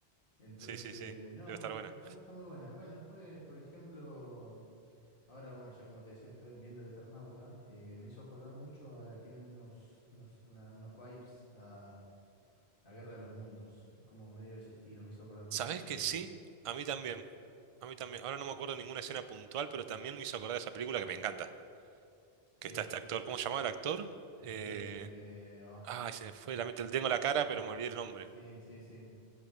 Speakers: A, on the left; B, on the right.
A: Entonces,
B: sí, sí, sí,
A: no,
B: debe estar
A: pero
B: buena.
A: está, está muy buena. Bueno, después, por ejemplo, ahora, bueno, ya como te decía, estoy viendo El Eternauta. eh, me hizo acordar mucho, a- tiene unos, unos, una- unos vibes a, a Guerra de los Mundos. Es como medio de ese estilo, me hizo acordar mucho
B: ¿Sabés
A: esa
B: que
A: película.
B: sí? A mí también, a mí también. Ahora no me acuerdo ninguna escena puntual, pero también me hizo acordar de esa película que me encanta, que
A: Eh,
B: está este actor, ¿cómo se llamaba el actor? Eh...
A: eh, ah,
B: Ay, se me fue, la mente, tengo la cara, pero me olvidé el nombre.
A: sí, sí, sí.